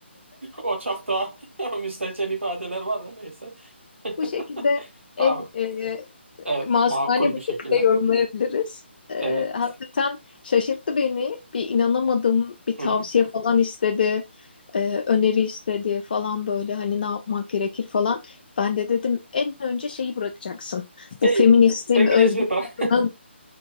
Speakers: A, on the right; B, on the left.
A: O çok daha <laughs> müstehcen ifadeler var da neyse. <laughs>
B: Bu şekilde
A: Tamam.
B: en e,
A: Evet.
B: Masumane
A: Makul
B: bu
A: bir şekilde.
B: şekilde yorumlayabiliriz. Ee,
A: Evet.
B: hakikaten şaşırttı beni. Bir inanamadım. Bir tavsiye
A: Hı hı.
B: falan istedi. Ee, öneri istedi falan böyle hani ne yapmak gerekir falan. Ben de dedim en önce şeyi bırakacaksın. Bu
A: E,
B: feministim,
A: feminizmi
B: özgür
A: bırak.
B: kadınım.